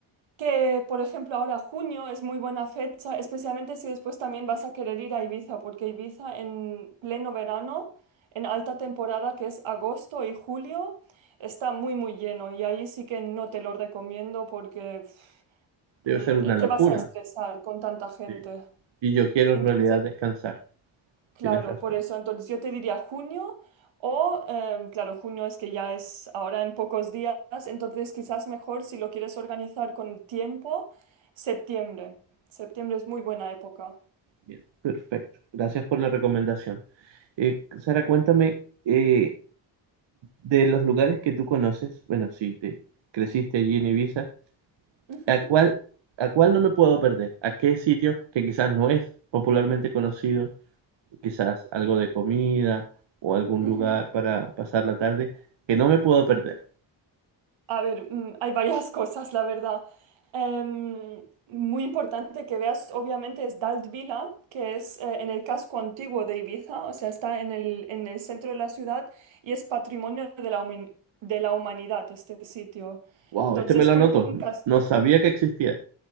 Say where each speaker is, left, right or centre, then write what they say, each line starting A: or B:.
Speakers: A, on the right; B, on the right.
A: que, por ejemplo, ahora junio es muy buena fecha, especialmente si después también vas a querer ir a Ibiza, porque Ibiza en pleno verano, en alta temporada que es agosto y julio, está muy, muy lleno y ahí sí que no te lo recomiendo porque pf, mm,
B: debe ser una locura.
A: te vas a estresar con tanta gente.
B: Sí. Y yo quiero
A: Entonces,
B: en realidad descansar,
A: Claro,
B: tienes razón.
A: por eso entonces yo te diría junio o, em, claro, junio es que ya es ahora en pocos días, entonces quizás mejor si lo quieres organizar con tiempo, septiembre. Septiembre es muy buena época.
B: Bien, perfecto, gracias por la recomendación. Eh, Sara, cuéntame, eh, de los lugares que tú conoces, bueno, si te creciste allí en Ibiza,
A: Ujú,
B: ¿A cuál, ¿A cuál no me puedo perder? ¿A qué sitio que quizás no es popularmente conocido? Quizás algo de comida o algún
A: ujú.
B: lugar para pasar la tarde que no me puedo perder.
A: A ver, mm, hay varias <laughs> cosas, la verdad. Em, muy importante que veas, obviamente, es Dalt Vila, que es eh, en el casco antiguo de Ibiza, o sea, está en el, en el centro de la ciudad y es patrimonio de la, humi- de la humanidad este sitio.
B: Wow,
A: Entonces,
B: este me lo
A: es como
B: anoto.
A: un castillo.
B: No sabía que existía.